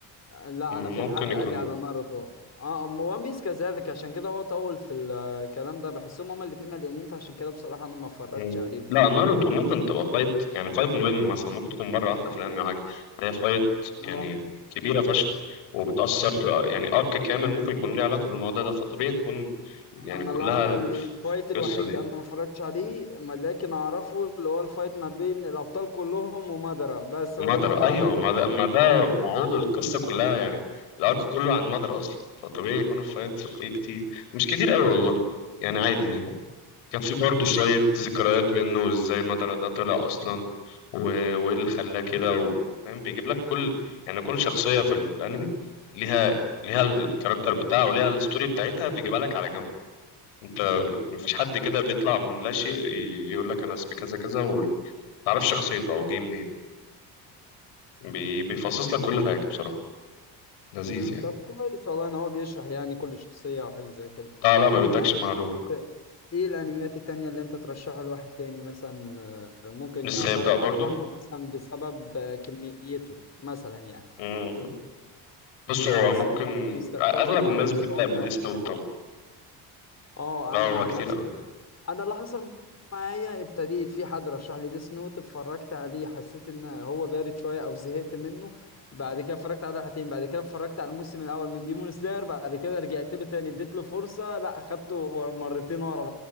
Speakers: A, on the left; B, on the left.
A: لا
B: مم،
A: انا في
B: ممكن
A: حد
B: يكون
A: قال لي على ناروتو اه أم- وان بيس كذلك عشان كده هو طول في الكلام ده بحسهم هما الاتنين مليانين فعشان كده بصراحة انا ما اتفرجتش
B: مم.
A: عليهم
B: لا ناروتو ممكن تبقى فايت يعني فايت مهم مثلا ممكن تكون مرة واحدة في الأنمي أو حاجة هي فايت يعني
A: آه،
B: كبيرة فشخ وبتأثر يعني أرك كامل ممكن يكون ليه علاقة بالموضوع ده فطبيعي تكون يعني
A: انا
B: كلها
A: لا الفايت الوحيد
B: القصة دي
A: انا ما اتفرجتش عليه ما- لكن اعرفه اللي هو الفايت ما بين الابطال كلهم ومادارا بس
B: ومدرة
A: هو ده اللي انا
B: أيوه
A: اعرفه
B: ما ده ما ده وعموما القصة كلها يعني الأرك كله عن مدرة أصلا فطبيعي يكون الفايت فيه كتير مش كتير أوي والله يعني عادي يعني كان في برضه شوية ذكريات منه ازاي مدرة ده طلع أصلا و... وإيه اللي خلاه كده و... فاهم بيجيب لك كل يعني كل شخصية في الأنمي ليها ليها الكاركتر بتاعها وليها الستوري بتاعتها بيجيبها لك على جنب أنت مفيش حد كده بيطلع من لا شيء ي- يقول لك أنا اسمي كذا كذا ومتعرفش شخصيته أو جه منين بي... بيفصص لك كل حاجة بصراحة لذيذ
A: آه،
B: يعني
A: طب كويس والله ان هو بيشرح يعني كل شخصية او حاجة زي كده
B: اه لا ما
A: ايه
B: بيدكش
A: الانميات
B: معلومة
A: ايه الانميات التانية اللي انت ترشحها لواحد تاني مثلا آه، ممكن
B: لسه
A: يعترض
B: هيبدأ برضه
A: على ناروتو مثلا بسبب آه، كميته مثلا يعني
B: مم. بص
A: ليه
B: هو
A: آه، سواء
B: ممكن
A: ممكن يستكترهم
B: أغلب الناس
A: اوي 700
B: بتبدأ بديس
A: وحاجة
B: نوت
A: حلقة
B: طبعا
A: اه
B: لا هو
A: انا عن
B: كتير
A: نفسي
B: أوي
A: انا اللي حصل معايا ابتديت في حد رشح لي ديس نوت اتفرجت عليه حسيت ان هو بارد شويه او زهقت منه بعد كده اتفرجت على حلقتين بعد كده اتفرجت على الموسم الاول من ديمون سلاير بعد كده رجعت له تاني اديت له فرصه لا خدته مرتين ورا